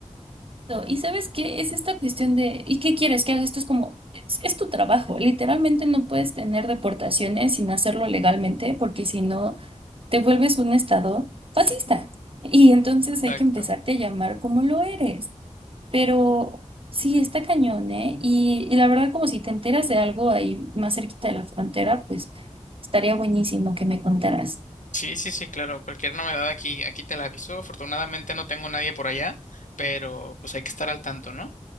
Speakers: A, on the right; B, on the left.
A: ¿Y sabes qué? Es esta cuestión de, ¿y qué quieres que haga? Esto es como, es, es tu trabajo. Literalmente no puedes tener deportaciones sin hacerlo legalmente, porque si no, te vuelves un estado fascista. Y entonces hay
B: Exacto.
A: que empezarte a llamar como lo eres. Pero sí, está cañón, ¿eh? Y, y la verdad, como si te enteras de algo ahí más cerquita de la frontera, pues estaría buenísimo que me contaras.
B: Sí, sí, sí, claro. Cualquier novedad aquí, aquí te la aviso. Afortunadamente no tengo nadie por allá, pero pues hay que estar al tanto, ¿no?